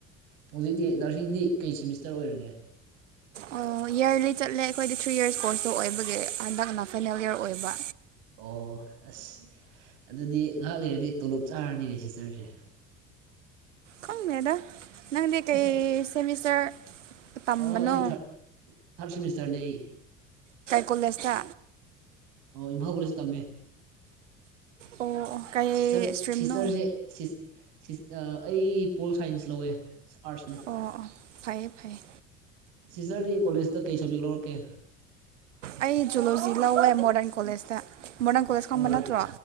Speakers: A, on the right (about 65°); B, on the right (about 80°).
A: ꯍꯧꯖꯤꯛꯇꯤ ꯅꯔꯁꯤꯡꯗꯤ ꯀꯩ ꯁꯦꯃꯤꯁꯇꯔ ꯑꯣꯏꯔꯒꯦ
B: ꯑꯣ ꯏꯌꯥꯔꯂꯤ ꯆꯠꯂꯦ ꯑꯩꯈꯣꯏꯗꯤ ꯊ꯭ꯔꯤ ꯌꯔꯁ ꯀꯣꯔꯁꯇꯣ ꯑꯣꯏꯕꯒꯤ ꯍꯟꯗꯛꯅ ꯐꯥꯏꯅꯦꯜ ꯌꯔ ꯑꯣꯏꯕ
A: ꯑꯣ ꯑꯁ ꯑꯗꯨꯗꯤ ꯉꯍꯥꯛ ꯂꯩꯔꯗꯤ ꯇꯣꯂꯣꯞ ꯆꯥꯔꯅꯤꯅꯦ ꯁꯤꯁꯇꯔꯁꯦ
B: ꯈꯪꯗꯦꯗ ꯅꯪꯗꯤ ꯀꯩ
A: <inaudible>
B: ꯁꯦꯃꯤꯁꯇꯔ ꯇꯝꯕꯅꯣ
A: ꯑꯣ ꯑꯩ ꯊꯥꯔ ꯊꯥꯔꯠ ꯁꯤꯦꯃꯤꯁꯇꯔꯅꯦ ꯑꯩ
B: ꯀꯣꯂꯦꯁꯇ
A: ꯑꯣ ꯏꯝꯐꯥꯜ ꯀꯣꯂꯦꯁ ꯇꯝꯃꯦ
B: ꯑꯣ ꯑꯣ ꯀꯩ
A: ꯁꯤꯁꯇꯔ
B: ꯏꯁꯇ꯭ꯔꯤꯝꯅꯣ
A: ꯁꯤꯁꯇꯔꯁꯦ ꯁꯤꯁ ꯁꯤ ꯑ ꯑꯩ ꯄꯣꯜ ꯁꯥꯏꯟꯁ ꯂꯧꯋꯦ ꯑꯥꯔꯠꯅꯦ
B: ꯑꯣ ꯑꯣ ꯐꯩꯌꯦ ꯐꯩꯌꯦ
A: ꯁꯤꯖꯔꯗꯤ ꯀꯣꯂꯦꯖꯇ ꯀꯩ ꯁꯕꯖꯦꯛ ꯂꯧꯔꯛ ꯑꯦ
B: ꯑꯩ ꯖꯨꯜꯂꯣꯖꯤ ꯂꯧꯋꯦ ꯃꯣꯗꯔꯟ ꯀꯣꯂꯦꯁꯇ ꯃꯣꯗꯔꯟ ꯀꯣꯂꯦꯖ ꯈꯪꯕ
A: ꯑꯣ
B: ꯅꯠꯇ꯭ꯔꯣ